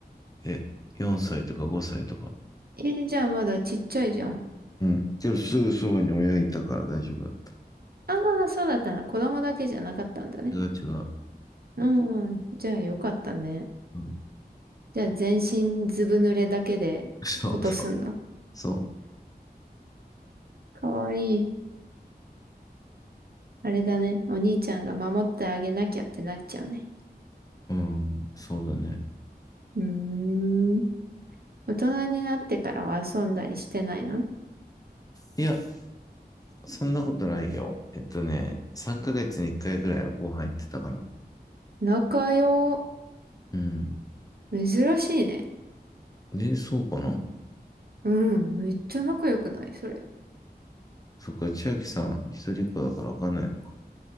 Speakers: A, on the left; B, on the right.
A: え、4歳とか5歳とか。
B: え、じゃあまだちっちゃいじゃん。
A: うん。けどすぐそばに親いたから大丈夫だった。
B: ああ、そうだったな。子供だけじゃなかったんだね。
A: 違う違う。
B: うん、じゃあよかったね。
A: うん。
B: じゃあ全身ずぶ濡れだけでことすんだ。
A: <laughs> そうそう。そ
B: かわいい。あれだね。お兄ちゃんが守ってあげなきゃってなっちゃうね。
A: う。うん。そうだね。
B: うーん。大人になってからは遊んだりしてないの
A: いや、そんなことないよ。えっとね、3ヶ月に1回ぐらいはご飯行ってたから。
B: 仲良。
A: うん。
B: 珍しいね。
A: で、そうかな。
B: うん。めっちゃ仲良くないそれ。
A: そっか、千秋さん、一人っ子だからわかんないのか。